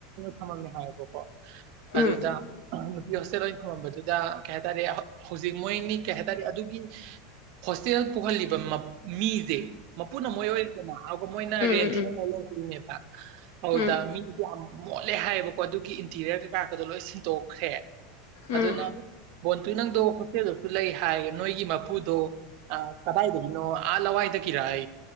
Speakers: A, on the right (about 40°); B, on the left (about 60°).
A: ꯍ ꯃꯝ ꯍꯥꯏꯣꯄꯣ
B: ꯎꯝ
A: ꯑꯗꯨꯗ ꯍꯣꯁꯇꯦꯜ ꯑꯣꯏꯅ ꯊꯪꯃꯝꯕꯗꯨꯗ ꯀꯩ ꯍꯥꯏꯇꯥꯔꯦ ꯍꯧꯖꯤꯛ ꯃꯣꯏꯅꯤ ꯀꯩ ꯍꯥꯏꯇꯥꯔꯦ ꯑꯗꯨꯒꯤ ꯍꯣꯁꯇꯦꯜ ꯄꯨꯍꯜꯂꯤꯕ ꯃꯤ <unintelligible> ꯃꯄꯨꯅ ꯃꯣꯏ ꯑꯣꯏꯔꯤꯗꯅ ꯑꯗꯨꯒ ꯃꯣꯏꯅ ꯔꯦꯟꯁꯅ
B: ꯎꯝ
A: ꯂꯧꯔꯤꯅꯦꯕ ꯍꯗ
B: ꯎꯝ ꯎꯝ
A: ꯃꯤ ꯃꯣꯠꯂꯦ ꯍꯥꯏꯌꯦꯕꯀꯣ ꯑꯗꯨꯒꯤ ꯏꯟꯇꯤꯔꯤꯌꯔ ꯄꯥꯛꯀꯗꯣ ꯂꯣꯏ ꯁꯤꯟꯗꯣꯛꯈ꯭ꯔꯦ
B: ꯎꯝ
A: ꯑꯗꯨꯅ ꯑꯗꯨ ꯅꯪꯗꯣ ꯍꯣꯁꯇꯦꯜꯗꯁꯨ ꯂꯩ ꯍꯥꯏ ꯅꯣꯏꯒꯤ ꯃꯄꯨꯗꯣ ꯀꯗꯥꯏꯗꯒꯤꯅꯣ ꯑꯋꯥꯏ ꯀꯔꯑ